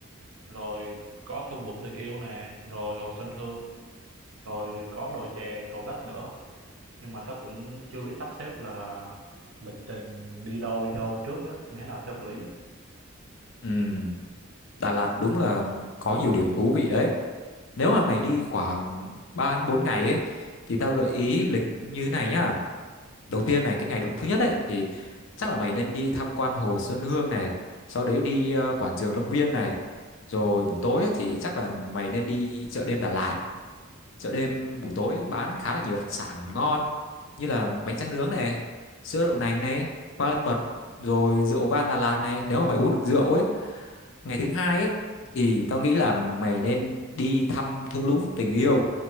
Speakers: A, on the right (about 80°); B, on the left (about 60°).
A: rồi có thung lũng tình yêu nè rồi hồ xuân hương rồi có đồi chè cầu đất nữa nhưng mà tao cũng chưa biết sắp xếp là lịch trình đi đâu đi đâu trước á như thế nào cho hợp lý á.
B: Ừm, Đà Lạt đúng là có nhiều điểm thú vị đấy. Nếu mà mày đi khoảng 3 đến 4 ngày ấy thì tao gợi ý lịch như thế này nhá. Đầu tiên này cái ngày thứ nhất ấy thì chắc là mày nên đi tham quan hồ Xuân Hương này, sau đấy đi ờ, quảng trường Lâm Viên này. Rồi buổi tối ấy, thì chắc là mày nên đi chợ đêm Đà Lạt chợ đêm buổi tối bán khá là nhiều đặc sản ngon như là bánh tráng nướng này sữa đậu nành này qua lân mật rồi rượu vang Đà Lạt này nếu mà mày uống được rượu ấy ngày thứ hai ấy thì tao nghĩ là mày nên đi thăm thung lũng tình yêu